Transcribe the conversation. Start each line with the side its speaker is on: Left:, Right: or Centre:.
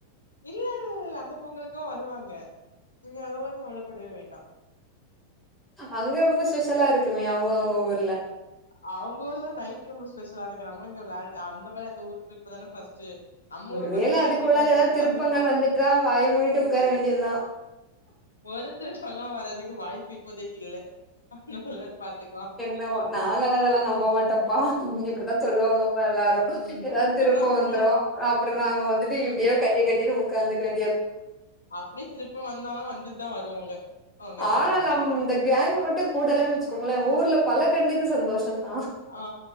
Left: இல்ல இல்ல இல்ல அந்த பொங்கலுக்கெல்லா வருவாங்க ங்க அதெல்லா கவலப்பட வேண்டா
Centre: அங்க ரொம்ப ஸ்பெஷலா இருக்குமே அவுங்க அவுங்க ஒ
Left: அவுங்க ஊர்ல நைட் ரொம்ப ஸ்பெஷலா இரு க்கு நம்ம இங்க விளா அந்தமாரி அந்த ஊருக்கு இப்பதான பஸ்ட் நம்ம
Centre: ஒரு
Left: ஊருக்கு
Centre: வேள
Left: வந்து லாரிக்கு
Centre: அதுக்குள்ளால
Left: முடிச்சிட்டு
Centre: ஏதாவது திருப்பங்கள்
Left: அந்து போலா
Centre: வந்துட்டா வாய மூடிட்டு உக்கார வேண்டியதுதா.
Left: ஒருத்தரு சங்க வரதுக்கு வாய்ப்பு இப்போதைக்கு இல்ல ஆ நல்ல பாத்துக்குவா
Centre: நோ நாங்கல்லா அதெல்லா நம்ப மாட்டோப்பா இப்பிடித்தா சொல்லுவாங்கப்பா எல்லாரு
Left: ம்
Centre: ஏதாவ
Left: ட்ரிப்புக்குல்லா
Centre: திருப்போ வந்துரு
Left: போணு
Centre: அப்புறோ நாங்க வந்துட்டு இப்பிடியே கைய கட்டிட்டு உக்காந்துக்வே
Left: அப்பிடியே திருப்ப வந்தாலு வந்துட்டுதா வருவோங்க அவங்க
Centre: ஆனா நம் கேங் மட்டு கூடலன்னு வச்சிக்கோங்களே ஊர்ல பல கண்ணுக்கு சந்தோஷந்தா
Left: ஆ